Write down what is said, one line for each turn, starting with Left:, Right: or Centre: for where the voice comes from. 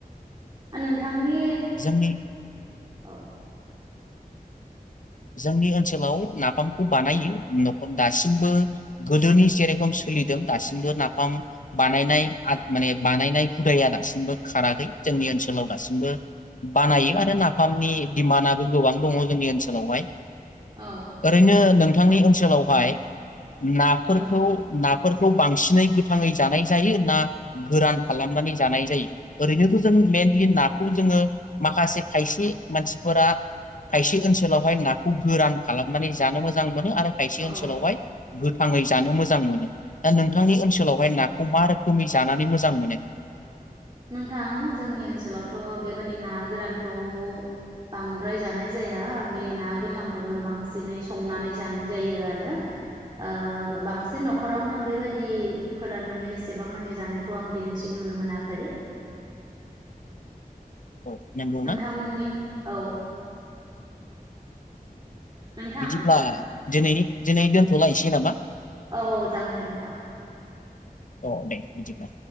Right: नि
Left: जोंनि
Right: ओ औ
Left: जोंनि ओनसोलाव नाफामखौ बानायो नखदासिमबो गोदोनि जेरेखम सोलिदों दासिमबो नाफाम बानायनाय माने बानायनाय हुदाया दासिमबो खाराखै जोंनि ओनसोलाव दासिमबो बानायो आरो नाफामनि डिमान्डआबो गोबां दङ जोंनि ओनसोलाव। फोलावबाय
Right: औ
Left: ओरैनो नों नोंथांनि ओनसोलावहाय नाफोरखौ
Right: औ
Left: ना फोरखौ बांसिनै गोथाङै जानाय जायो ना गोरान खालामनानै जानाय जायो ओरैनोथ' जों मेइनलि नाखौ जोङो माखासे खायसे मानसिफोरा खायसे ओनसोल ओनसोलावहाय नाखौ गोरान खालामनानै जानो मोजां मोनो आरो खायसे
Right: औ
Left: ओनसोलावहाय गोथाङै जानो मोजां मोनो दा नोंथांनि ओनसोलावहाय नाखौ मा रोखोमै जानानै मोजां मोनो?
Right: नोंथां जोंनि ओनसोलावथ बेबादि ना गोरानखौ बांद्राय जानाय जाया बे ना गोथांखौनो बांसिनै संनानै जानाय जायो आरो बांसिन ओ नखरावनो बेबादि फोराननानै एसेबां मानि जानायखौ आं दिनैसिम नुनो मोनाखै।
Left: औ नंगौना
Right: नोंथांमोननि औ नोंथां
Left: बिदिब्ला दिनैनि दिनै दोनथ'लायसै नामा
Right: औ औ जागोन दे नोंथां।
Left: अ दे बिदिब्ला।